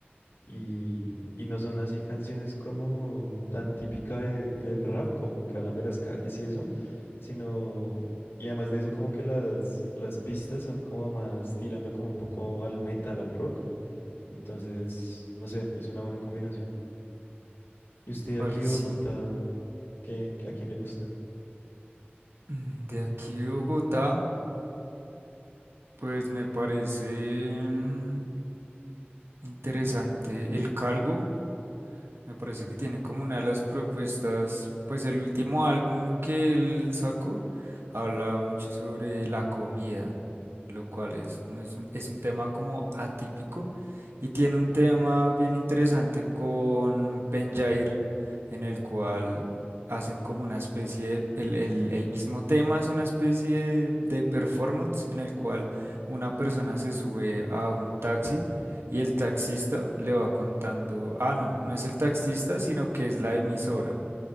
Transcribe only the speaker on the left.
Y, y no son así canciones como tan típica de- del rap, como que hablan de las calles y eso, sino, y además de eso, como que las, las pistas son como más tirando como un poco al metal, al rock. Entonces, no sé, es una buena combinación. ¿Y usted
aquí,
Bogotá, qué, a quién le gusta?